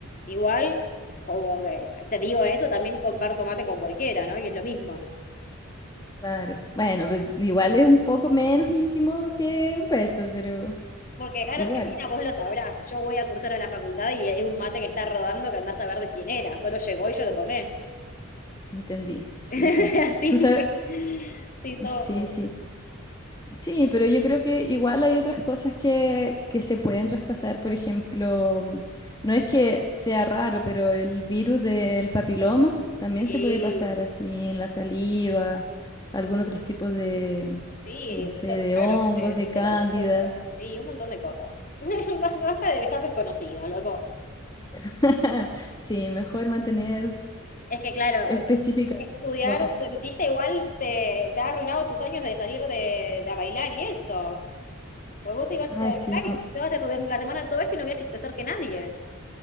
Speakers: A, on the left; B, on the left.
A: Igual, como que te digo eso, también comparto mate con cualquiera, ¿no? Y es lo mismo.
B: Claro. Bueno, pe- igual es un poco menos íntimo que un beso, pero
A: Porque acá
B: igual,
A: en Argentina vos lo sabrás, yo voy a cursar a la facultad y hay un mate que está rodando que andás a ver de quién era, solo llegó y yo lo tomé.
B: entendí. Sí,
A: <laughs>
B: sí.
A: Así
B: Tú
A: muy,
B: sabes,
A: sí somos.
B: sí, sí. Sí, pero yo creo que igual hay otras cosas que, que se pueden traspasar. Por ejemplo, mm, no es que sea raro, pero el virus del papiloma también
A: Sí,
B: se puede pasar así en la saliva, algún otros tipos de,
A: sí,
B: no sé,
A: los
B: de
A: árboles,
B: hongos, de cándida.
A: de la boca, sí, un montón de cosas. <laughs> Bas- Basta de estar desconocido, loco.
B: <laughs> Sí, mejor mantener
A: Es que claro,
B: específicas
A: estudiar
B: bocas.
A: dentista igual te, te ha arruinado tus años de salir de, de a bailar y eso. Pues vos ibas
B: Ay,
A: a bailar
B: sí,
A: y te vas a estudiar la semana todo esto y no querías que se te acerque nadie.